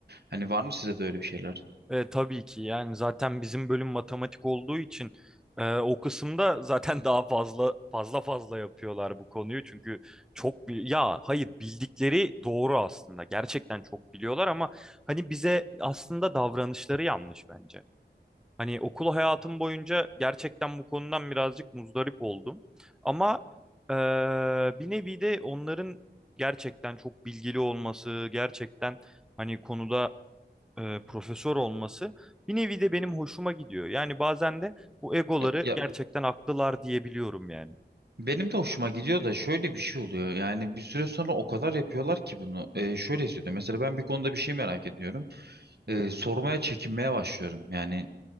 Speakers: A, on the right (about 65°); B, in the centre.
A: Hani var mı size de öyle bir şeyler?
B: E, tabii ki yani zaten bizim bölüm matematik olduğu için e, o kısımda zaten <laughs> daha fazla fazla fazla yapıyorlar bu konuyu. Çünkü çok bir ya hayır bildikleri doğru aslında gerçekten çok biliyorlar ama hani bize aslında davranışları yanlış bence. Hani okul hayatım boyunca gerçekten bu konudan birazcık muzdarip oldum. Ama e, bir nevi de onların gerçekten çok bilgili olması gerçekten hani konuda e, profesör olması bir nevi de benim hoşuma gidiyor. Yani bazen de bu egoları
A: Ya, ya
B: gerçekten haklılar diyebiliyorum yani.
A: benim de hoşuma gidiyor da şöyle bir şey oluyor. Yani bir süre sonra o kadar yapıyorlar ki bunu. Ee, şöyle hissediyorum. Mesela ben bir konuda bir şey merak ediyorum. e, sormaya çekinmeye başlıyorum. Yani